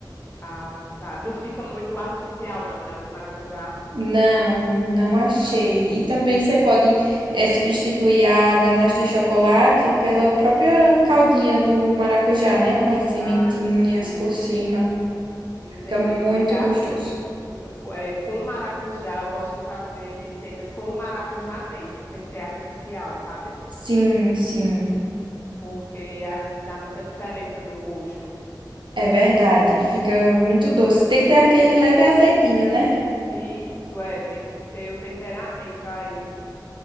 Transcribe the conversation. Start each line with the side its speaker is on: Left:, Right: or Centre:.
Left: Ah, tá. Não fica muito artificial, não, né? O de maracujá.
Right: Não, não achei. E também você pode eh, substituir a ganache de chocolate pela própria caldinha do maracujá, né? Com as sementinhas
Left: Ah, entendi.
Right: por cima.
Left: Entendi.
Right: Fica muito
Left: Porque assim,
Right: gostoso.
Left: eu co- é, com o maracujá, eu gosto de fazer receitas com o maracujá mesmo, sem ser artificial, sabe?
Right: Sim, sim.
Left: Porque às vezes dá muita diferença no gosto,
Right: É verdade, fica muito
Left: não
Right: doce.
Left: é?
Right: Tem que ter aquele leve azedinho, né?
Left: Isso, é. Tem que ter o temperamento aí.